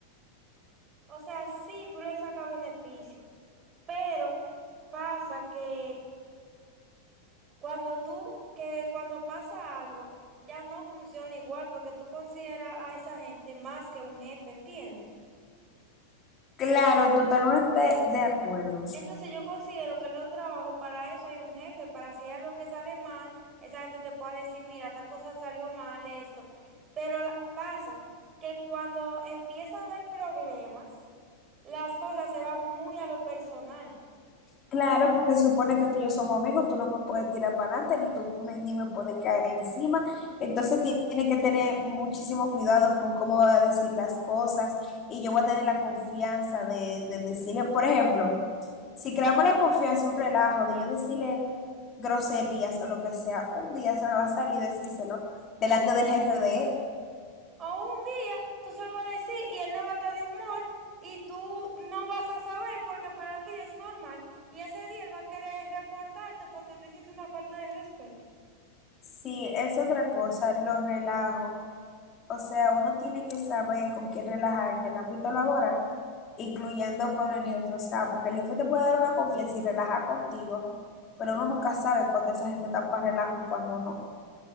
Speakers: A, on the right; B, on the left.
A: O sea, sí, tú le sacas beneficio, pero pasa que cuando tú, que cuando pasa algo, ya no funciona igual porque tú consideras a esa gente más que un jefe, ¿entiendes?
B: Claro, totalmente de acuerdo.
A: Entonces yo considero que en los trabajos para eso hay un jefe, para si hay algo que sale mal, esa gente te pueda decir, mira, tal cosa salió mal, esto. Pero la- pasa que cuando empieza a haber problemas, las cosas se van muy a lo personal.
B: Claro, porque se supone que tú y yo somos amigos, tú no me puedes tirar para adelante, ni tú me- ni me puedes caer encima. Entonces ti- tiene que tener muchísimo cuidado con cómo va a decir las cosas y yo voy a tener la confianza de, de decirle, por ejemplo, si creamos la confianza, un relajo de yo decirle groserías o lo que sea, un día se me va a salir decírselo delante del jefe de él.
A: O un día tú se lo vas a decir y él no va a estar de humor y tú no vas a saber porque para ti es normal. Y ese día él va a querer reportarte porque tú hiciste una falta de respeto.
B: Si es otra cosa, los relajo. O sea, uno tiene que saber con quién relajar en el ámbito laboral, incluyendo con el jefe. O sea, porque el jefe te puede dar una confianza y relajar contigo, pero uno nunca sabe cuándo esa gente está para relajo y cuándo no.